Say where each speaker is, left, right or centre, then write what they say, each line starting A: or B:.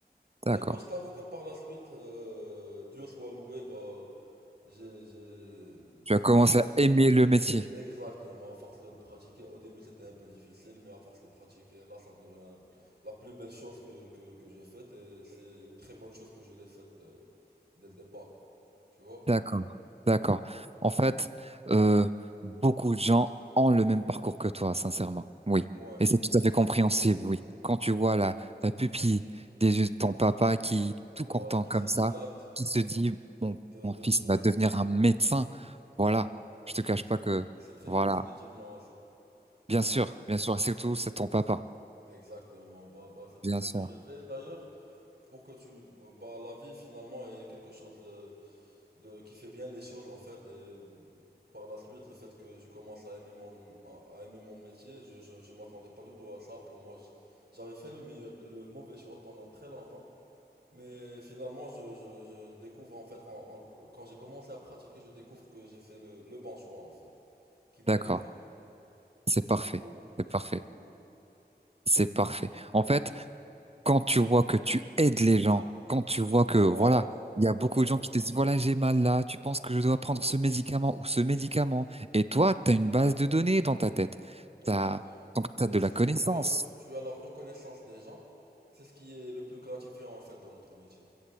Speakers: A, on the right; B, on the right.
A: d'accord.
B: Et moi, je t'avoue que par la suite, euh, Dieu soit loué, bah, j'ai, j'ai,
A: Tu
B: j'ai
A: as
B: trouvé
A: commencé
B: ça
A: à aimer le métier.
B: exactement à force de le pratiquer. Au début, c'était un peu difficile, mais à force de pratiquer, là, ça devient la plus belle chose que, que, que je fais. Et c'est une très bonne chose que je l'ai faite euh, dès le départ. Tu vois?
A: D'accord, d'accord.
B: Du coup,
A: En fait, euh, beaucoup de gens ont le même parcours que toi, sincèrement. Oui.
B: ouais,
A: Et c'est tout
B: ouais.
A: à fait compréhensible, oui. Quand tu vois la, la pupille des yeux de ton papa qui,
B: Voilà,
A: tout content
B: qui
A: comme
B: se dilate
A: ça, qui se dit, mon,
B: de,
A: mon
B: de,
A: fils
B: de,
A: va devenir un médecin. Voilà.
B: tu,
A: Je te cache pas que,
B: c'est très
A: voilà.
B: difficile de dire non à ça.
A: Bien sûr,
B: Bah,
A: bien sûr. Et Surtout, c'est ton papa.
B: exactement. Bah, bah, c'est pour
A: Bien
B: ça
A: sûr.
B: que je l'ai fait D'ailleurs, pour que tu bah la vie finalement est quelque chose de, de qui fait bien les choses en fait et euh, par la suite le fait que je commence à aimer mon à à aimer mon métier je je je m'attendais pas du tout à ça pour moi je- j'avais fait le meilleur- le mauvais choix pendant très longtemps mais finalement je je je découvre en fait en, en- quand j'ai commencé à pratiquer je découvre que j'ai fait le le bon choix en fait qui m'allait
A: D'accord.
B: très bien
A: C'est
B: et
A: parfait.
B: du coup
A: C'est
B: et
A: parfait.
B: du coup
A: C'est parfait.
B: exactement
A: En fait, quand tu vois que tu aides les gens, quand tu vois que,
B: voilà
A: voilà, il y
B: voilà
A: a beaucoup de gens qui te disent, voilà, j'ai mal là, tu penses que je dois prendre ce médicament ou ce médicament, et toi, tu as une base de données dans ta tête.
B: Exactement.
A: T'as, donc, tu
B: Et
A: as de
B: surtout,
A: la connaissance.
B: tu as, tu as la reconnaissance des gens. C'est ce qui est le plus gratifiant en fait dans notre métier.